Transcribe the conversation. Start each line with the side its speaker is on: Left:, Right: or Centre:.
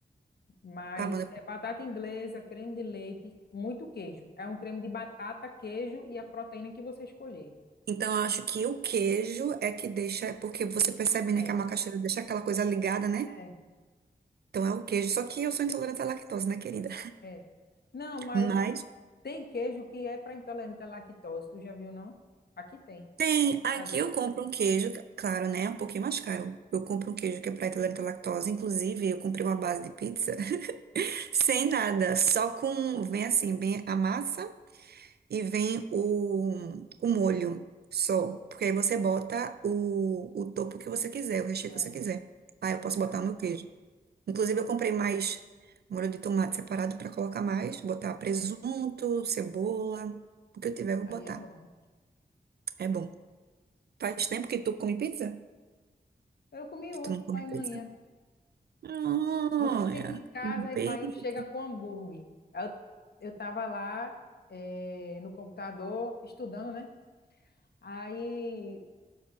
Left: Mas
Right: Tá bom. né?
Left: é batata inglesa, creme de leite, muito queijo. É um creme de batata, queijo e a proteína que você escolher.
Right: Então, eu acho que o queijo é que deixa, porque você percebe, né,
Left: É,
Right: que a macaxeira deixa aquela coisa ligada, né?
Left: é,
Right: Então é o queijo, só que eu sou intolerante à lactose, né, querida?
Left: é. Não, mas
Right: Mas
Left: tem queijo que é para intolerante à lactose. Tu já viu, não? Aqui tem, no
Right: tem, aqui
Left: Brasil.
Right: eu compro um queijo, claro, né, um pouquinho mais caro. Eu compro um queijo que é para intolerante à lactose, inclusive eu comprei uma base de pizza Sem nada, só com, vem assim, vem a massa e vem o, o molho só. Porque aí você bota o, o topo que você quiser, o recheio
Left: Hum,
Right: que você quiser. Aí eu
Left: legal.
Right: posso botar o meu queijo. Inclusive eu comprei mais molho de tomate separado para colocar mais, botar presunto, cebola, o que eu tiver eu vou
Left: Aí
Right: botar.
Left: é bom.
Right: É bom. Faz tempo que tu come pizza?
Left: Eu comi
Right: Que
Left: ontem,
Right: tu não come
Left: pai e manhã.
Right: pizza? Olha,
Left: Você fica em casa
Right: come
Left: e pai
Right: pizza.
Left: chega com hambúrguer. Eu, eu tava lá eh, no computador estudando, né? Aí,